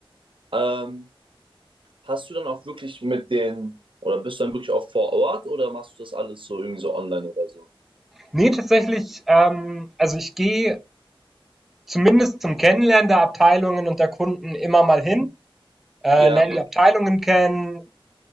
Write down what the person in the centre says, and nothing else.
Nee, tatsächlich, ähm, also ich gehe zumindest zum Kennenlernen der Abteilungen und der Kunden immer mal hin, äh,
lerne die Abteilungen kennen.